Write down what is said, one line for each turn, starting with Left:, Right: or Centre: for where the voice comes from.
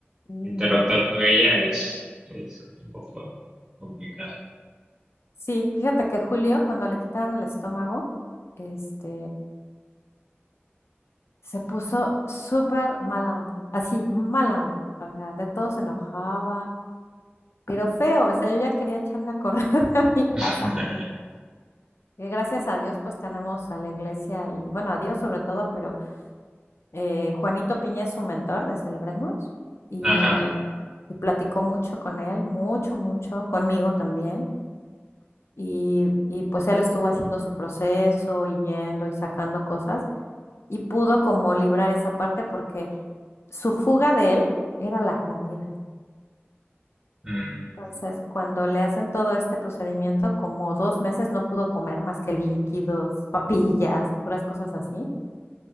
Left: Sí,
Right: interactuar con ella es, es un poco complicado.
Left: Sí, fíjate que Julio, cuando le quitaron el estómago, este, se puso súper mala onda, así, mala onda, o sea, de todo se enojaba, pero feo, o sea, yo ya quería echarme a correr <laughs> de mi casa.
Right: <laughs>
Left: que gracias a Dios pues tenemos a la iglesia y bueno, a Dios sobre todo, pero eh, Juanito Piña es su mentor de Celebremos y,
Right: Ajá.
Left: y platicó mucho con él, mucho, mucho, conmigo también. Y, y pues él estuvo haciendo su proceso y yendo y sacando cosas y pudo como librar esa parte porque su fuga de él era la comida.
Right: mm.
Left: Entonces, cuando le hacen todo este procedimiento, como dos meses no pudo comer más que líquidos, papillas, puras cosas así.